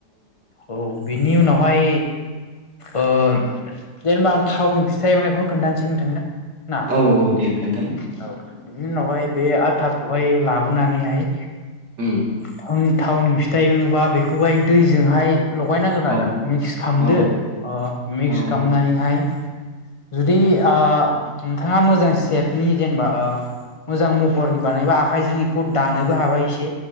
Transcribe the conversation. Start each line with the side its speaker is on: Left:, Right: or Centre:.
Left: औ बिनि उनावहाय ओ जेनेबा आं थावनि फिथा एवनायखौनो खोनथानोसै नोंथांनो ना
Right: औ औ दे खोन्थालाय।
Left: औ उनावहाय बे आथाखौहाय लाबोनानैहाय
Right: उम
Left: थावनि थावनि फिथा एवनोबा बेखौहाय दैजोंहाय लगायनांगोन
Right: औ
Left: आरो मिक्स खालामदो
Right: औ
Left: ओ मिक्स
Right: औ
Left: खालामनानैहाय जुदि आ नोंथाङा मोजां सेपनि जेनेबा ओ मोजां महरनि बानायबा आखाइजों एखौ दानोबो हाबाय एसे